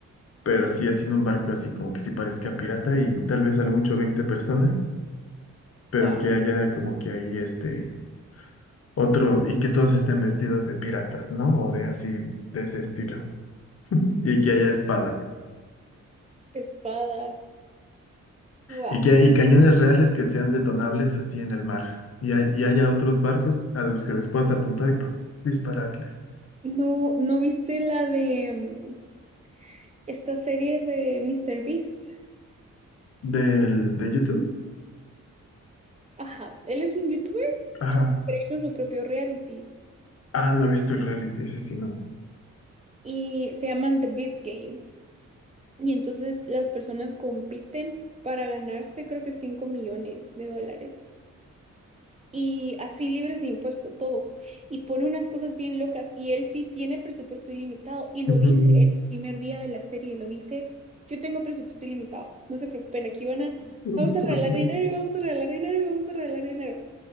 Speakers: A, on the left (about 50°); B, on the right (about 20°).
A: pero
B: cool.
A: sí haciendo un barco así como que sí parezca pirata y tal vez a lo mucho 20 personas, pero
B: Wow,
A: que haya como que ahí este otro y que todos estén vestidos de piratas, ¿no? O de así, de ese estilo. Y que haya espadas
B: espadas. Wow.
A: y que y cañones reales que sean detonables así en el mar. Y, hay- y haya otros barcos a los que les puedas apuntar y pa, dispararles.
B: No, ¿no viste la de mm, esta serie de Mr. Beast?
A: Del, de YouTube.
B: Ajá, él es un youtuber,
A: Ajá.
B: pero hizo su propio reality
A: Ah, no he visto el reality, ese sí, no.
B: y se llaman The Beast Games. Y entonces las personas compiten para ganarse creo que 5 millones de dólares. Y así libres de impuesto, todo. Y pone unas cosas bien locas. Y él sí tiene presupuesto ilimitado. Y lo
A: Ujú.
B: dice en el primer día de la serie, lo dice, yo tengo presupuesto ilimitado. No se preocupen, aquí van a,
A: Pero
B: vamos
A: disculpe.
B: a regalar
A: Ujú,
B: dinero y vamos a regalar dinero y vamos a regalar dinero.